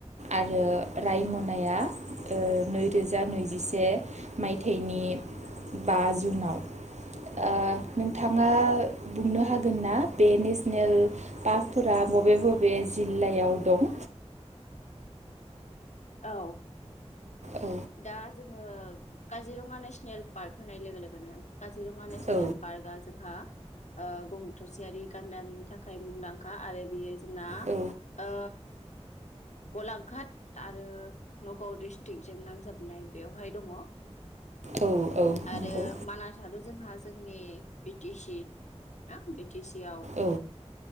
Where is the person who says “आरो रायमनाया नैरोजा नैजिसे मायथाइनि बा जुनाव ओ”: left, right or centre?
Right